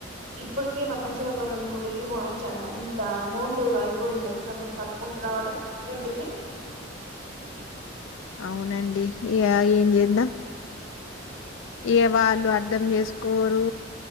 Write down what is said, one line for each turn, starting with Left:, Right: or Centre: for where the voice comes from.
Right: ఇప్పటికి మంచిగా ఒక రెండు మూడు ఇల్లులు కొనచ్చండి అంత అమౌంట్ అయిపోయింది తెలుసా మేము కట్టుకుంటూ రావడం రెంట్కి <unintelligible>
Left: అవునండి ఇగ ఏం చేద్దాం ఏ వాళ్ళు అర్ధం చేసుకోరు